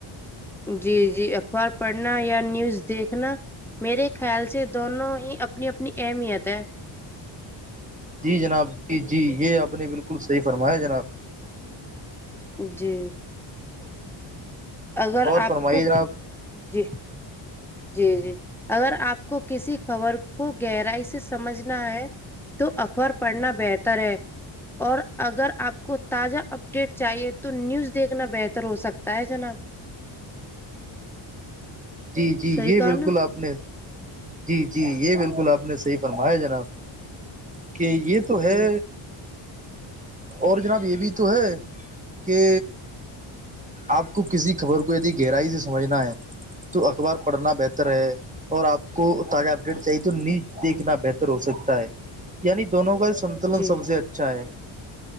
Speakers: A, in the centre; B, on the right.
A: جی جی اخبار پڑھنا یا نیوز دیکھنا میرے خیال سے دونوں ہی اپنی اپنی اہمیت ہے
B: جی جناب جی جی یہ آپ نے بالکل صحیح فرمایا جناب
A: جی اگر
B: اور
A: آپ
B: فرمائیے
A: کو
B: جناب
A: جی
B: <inaudible>
A: جی جی اگر آپ کو کسی خبر کو گہرائی سے سمجھنا ہے تو اخبار پڑھنا بہتر ہے اور اگر آپ کو تازہ اپڈیٹ چاہیے تو نیوز دیکھنا بہتر ہو سکتا ہے جناب
B: جی جی
A: صحیح
B: یہ
A: کہا
B: بالکل
A: نا
B: آپ نے جی جی یہ بالکل آپ نے صحیح فرمایا جناب کہ یہ تو ہے
A: جی
B: اور جناب یہ بھی تو ہے کہ آپ کو کسی خبر کو یدی گہرائی سے سمجھنا ہے تو اخبار پڑھنا بہتر ہے اور آپ کو تازہ اپڈیٹ چاہیے تو نیوز دیکھنا بہتر ہو سکتا ہے یعنی دونوں کا سنتولن
A: جی
B: سب سے اچھا ہے